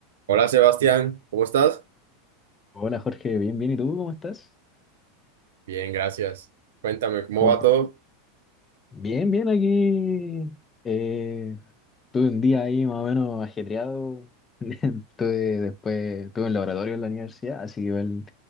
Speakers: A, on the right; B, on the left.
A: Hola Sebastián, ¿cómo estás?
B: Hola Jorge, bien, bien. ¿Y tú cómo estás?
A: Bien, gracias. Cuéntame, ¿cómo
B: ¿Cómo
A: va
B: estás?
A: todo?
B: Bien, bien aquí. eh, tuve un día ahí más o menos ajetreado. <laughs> Tuve después, tuve un laboratorio en la universidad, así que igual